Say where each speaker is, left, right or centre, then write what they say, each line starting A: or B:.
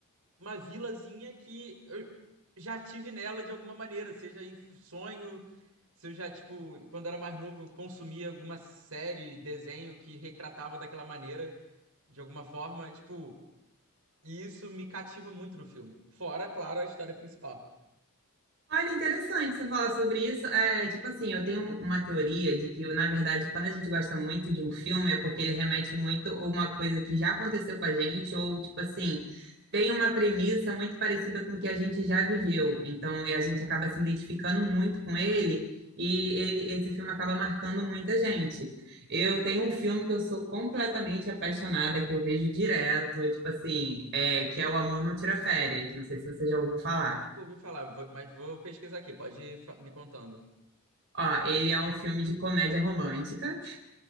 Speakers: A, on the right; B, on the right.
A: uma vilazinha que eu já tive nela de alguma maneira, seja em sonho, se eu já, tipo, quando era mais novo, eu consumia alguma série, desenho que retratava daquela maneira, de alguma forma, tipo, e isso me cativa muito no filme. Fora, claro, a história principal.
B: Olha, interessante você falar sobre isso. É, tipo assim, eu tenho uma teoria de que, na verdade, quando a gente gosta muito de um filme, é porque ele remete muito a uma coisa que já aconteceu com a gente, ou, tipo assim, tem uma premissa muito parecida com o que a gente já viveu. Então, é, a gente acaba se identificando muito com ele, e ele- esse filme acaba marcando muita gente. Eu tenho um filme que eu sou completamente apaixonada, que eu vejo direto, tipo assim, é, que é O Amor Não Tira Férias. Não sei se você já ouviu falar.
A: Nunca ouvi falar, vou- mas vou pesquisar aqui, pode ir fa- me contando.
B: Ó, ele é um filme de comédia romântica